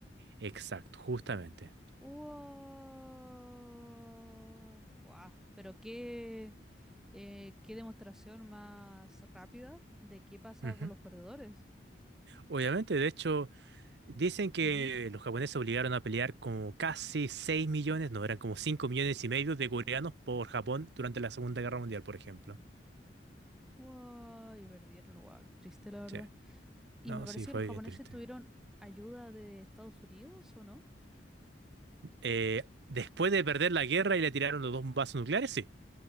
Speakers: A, on the right; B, in the centre.
A: Exacto, justamente.
B: ¡Wow! ¡Wow! Pero qué, eh, qué demostración más rápida de qué pasa
A: Ujú.
B: con los perdedores.
A: Obviamente, de hecho, dicen que
B: Ujú.
A: los japoneses obligaron a pelear como casi 6 millones, no, eran como 5 millones y medio de coreanos por Japón durante la Segunda Guerra Mundial, por ejemplo.
B: ¡Wow! Y perdieron, ¡wow! Qué triste, la verdad.
A: Sí,
B: Y
A: no,
B: me parece
A: sí, fue
B: que los japoneses
A: bien triste.
B: tuvieron ayuda de Estados Unidos, ¿o no?
A: Eh, después de perder la guerra y le tiraron los dos vasos nucleares, sí,